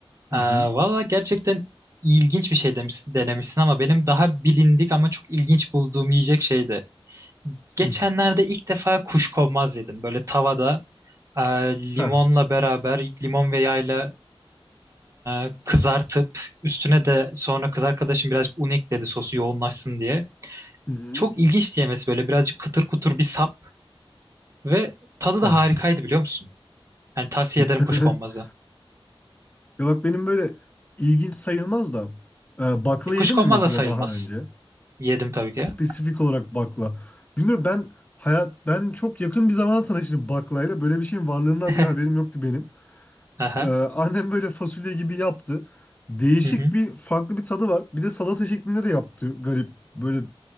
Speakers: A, on the left; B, on the right.
A: Hı
B: E,
A: hı.
B: valla gerçekten ilginç bir şey demişsin, denemişsin ama benim daha bilindik ama çok ilginç bulduğum yiyecek şeydi. Geçenlerde
A: Hı.
B: ilk defa kuşkonmaz yedim. Böyle tavada Ee,
A: Ha.
B: limonla beraber limon ve yağla e, kızartıp üstüne de sonra kız arkadaşım birazcık un ekledi sosu yoğunlaşsın diye.
A: Hı hı.
B: Çok ilginç diyemesi böyle birazcık kıtır kutur bir sap ve tadı
A: Ha.
B: da harikaydı biliyor musun? Yani tavsiye
A: <laughs>
B: ederim kuşkonmazı.
A: Ya bak benim böyle ilginç sayılmaz da e, bakla
B: E, Kuşkonmaz
A: yedim mi mesela
B: da sayılmaz.
A: daha önce?
B: Yedim tabii
A: Spesifik
B: ki.
A: olarak bakla. Bilmiyorum ben hayat ben çok yakın bir zamana tanıştım baklayla. Böyle bir şeyin varlığından
B: <laughs>
A: bile haberim yoktu benim.
B: Aha.
A: E, annem böyle fasulye gibi yaptı. Değişik
B: Hı hı.
A: bir farklı bir tadı var. Bir de salata şeklinde de yaptı. Garip böyle